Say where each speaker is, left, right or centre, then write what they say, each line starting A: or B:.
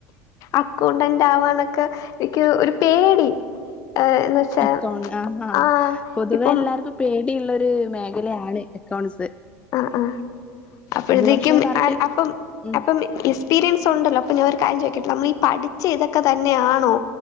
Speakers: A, on the left; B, on the left.
A: അക്കൗണ്ടന്റ് ആവാനൊക്കെ എനിക്ക് ഒരു പേടി ഏഹ് എന്ന് വെച്ചാ
B: അക്കൗണ്ട് ആ ആ
A: ആഹ്
B: പൊതുവെ
A: ഇപ്പം
B: എല്ലാർക്കും പേടിയുള്ളൊരു മേഖലയാണി ത് എക്കൗൺസ്
A: ആ ആ അപ്പഴ്ത്തേക്കും
B: പക്ഷെ കറക്റ്റ്
A: അപ്പം
B: ഉം
A: അപ്പം എക്സ്പീരിയൻസ് ഒണ്ടല്ലോ അപ്പൊ ഞാൻ ഒരു കാര്യം ചോയിക്കട്ടെ നമ്മളീ പഠിച്ച ഇതൊക്കെ തന്നെയാണോ